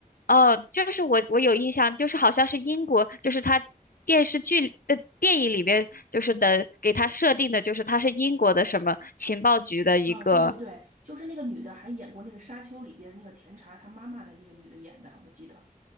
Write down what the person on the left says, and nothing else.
哦，就是我我有印象，就是好像是英国，就是他电视剧里呃电影里面就是的给他设定的，就是他是英国的什么情报局的一个，